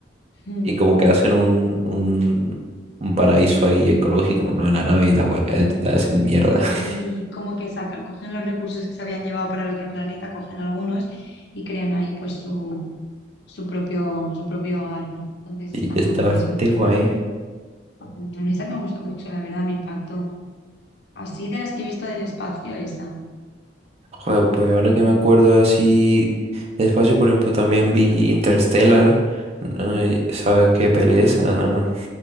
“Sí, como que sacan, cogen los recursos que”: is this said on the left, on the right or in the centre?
Left